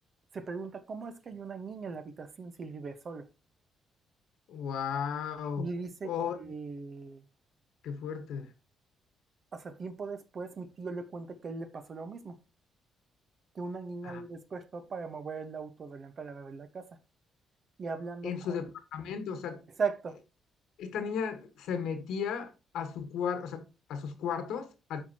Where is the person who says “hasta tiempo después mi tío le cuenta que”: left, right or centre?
Right